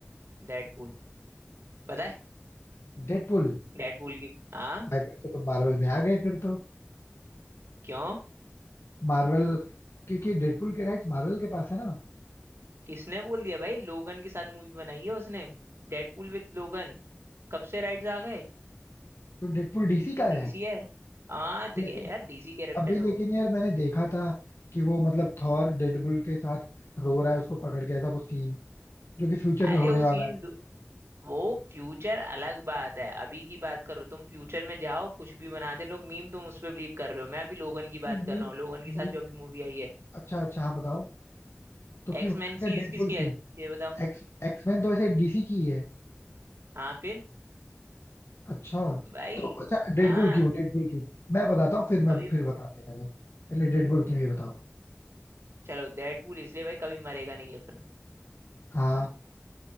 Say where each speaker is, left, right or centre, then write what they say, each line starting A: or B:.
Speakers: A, on the right (about 70°); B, on the left (about 75°).
A: डेडपूल पता है
B: डेडपुल
A: डेडपूल की हाँ
B: भाई फिर तो तुम मार्वल में आ गए फिर तो
A: क्यों
B: मार्वल क्योंकि डेडपुल के राइट्स मार्वल के पास है ना
A: किसने बोल दिया भाई लोगन के साथ मूवी बनाई है उसने डेडपूल विद लोगन कब से राइट्स आ गए
B: तो डेडपुल डीसी का
A: डीसी
B: है
A: है हाँ तो
B: लेकिन
A: क्या यार डीसी कैरेक्टर
B: अभी
A: है
B: लेकिन
A: वो
B: यार मैंने देखा था कि वो मतलब थॉर डेडपुल के साथ रो रहा है उसको पकड़ के ऐसा कुछ सीन जो कि फ्यूचर
A: अरे
B: में होने
A: उस
B: वाला
A: इन दु- वो फ्यूचर अलग बात है अभी की बात करो तुम फ्यूचर में जाओ कुछ भी बना दे लोग मीम तुम उस पर बिलीव कर रहे हो मैं अभी लोगन की
B: है
A: बात
B: मीम
A: कर रहा हूँ लोगन के साथ
B: मीम
A: जो अभी मूवी आई है
B: अच्छा अच्छा हाँ बताओ तो
A: एक्समैन
B: क्यों अच्छा
A: सीरीज
B: डेडपुल
A: किसकी है
B: क्यों
A: ये बताओ
B: एक्स एक्समैन तो ऐसे डीसी की ही है
A: हाँ फिर
B: अच्छा
A: भाई
B: तो अच्छा डेडपुल
A: हाँ
B: क्यों डेडपुल क्यों मैं बताता हूँ फिर मैं
A: कभी
B: फिर बताते हैं पहले डेडपुल क्यों ये बताओ
A: चलो डेडपूल इसलिए भाई कभी मरेगा नहीं अपन
B: हाँ